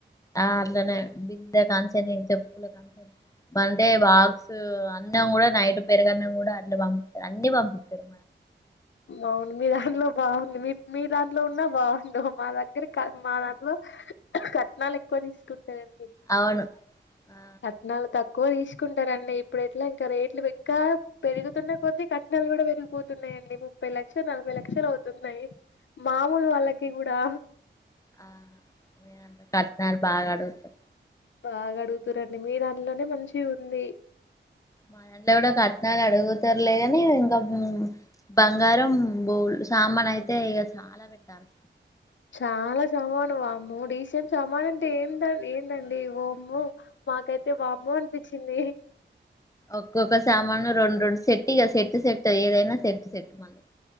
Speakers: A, on the left (about 15°); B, on the left (about 75°).
A: ఆ అట్లనే బిందె కాంచని చెప్పుల కాంచని బంటే బాక్స్ అ అన్నం గుడా నైట్ పెరుగన్నం గుడ అట్ల పంపిస్తా అన్ని పంపిస్తారు
B: అవును మీ దాంట్లో బాగుంది మీ మీ దాంట్లో ఉన్నా బావుండు మా దగ్గరి క మా దాంట్లో కట్నాలెక్కువ తీసుకుంటాయం
A: అవును ఆ
B: కట్నాలు తక్ తీసుకుంటరండి ఇప్పుడెట్ల ఇంక రేట్లు ఇంకా పెరుగుతున్నా కొద్ది కట్నాలు కూడా పెరిగిపోతున్నయండి లక్ష నలభై లక్షలు అవుతున్నయి మామూలు వాళ్ళకి గుడా
A: ఆ మీరంతా కట్నాల్ బాగా అడుగుతా
B: బాగ అడుగుతురండి మీ దాంట్లోనే మంచి ఉంది
A: మా దాంట్లో గుడా కట్నాలు అడుగుతరులేగాని ఇంక బంగారం బోల్ సామాన్ అయితే ఇగ చాలా పెట్టాల
B: చాలా సామాను వామ్మో డీసెంట్ సామానంటే ఏందం ఏందండి ఓమ్మో మాకైతే వామ్మో అనిపిచింది
A: ఒక్కొక్క సామాను రెండు రెండు సెట్టు ఇగ సెట్టు సెట్టు ఏదైనా సెట్ సెట్ మ